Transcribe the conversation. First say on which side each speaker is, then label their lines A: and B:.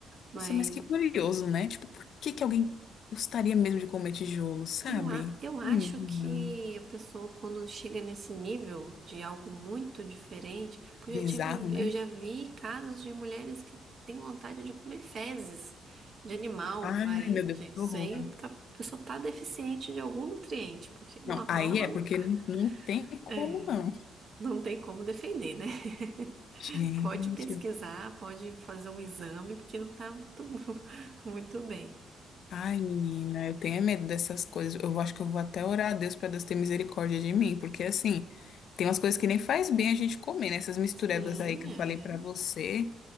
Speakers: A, on the right (about 45°); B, on the left (about 70°).
A: mas
B: Nossa, mas que curioso, né? Tipo, por que que alguém gostaria mesmo de comer tijolo, sabe?
A: Eu, a- eu acho
B: Menina,
A: que a pessoa, quando chega nesse nível de algo muito diferente, porque
B: bizarro,
A: eu já tive,
B: né?
A: eu já vi casos de mulheres que têm vontade de comer fezes de animal.
B: Ai,
A: vai,
B: meu Deus,
A: gente,
B: que
A: isso
B: horror.
A: aí tá- a pessoa tá deficiente de algum nutriente, porque normal
B: Não, aí
A: ela
B: é porque
A: não tá.
B: não, não tem como
A: É,
B: não.
A: não tem como defender, né? <laughs>
B: Gente.
A: Pode pesquisar, pode fazer um exame, porque não tá muito, <laughs> muito bem.
B: Ai, menina, eu tenho é medo dessas coisas. Eu acho que eu vou até orar a Deus para Deus ter misericórdia de mim, porque assim, tem umas coisas que nem faz bem a gente comer, né? Essas misturebas
A: Sim,
B: aí que eu
A: é.
B: falei para você,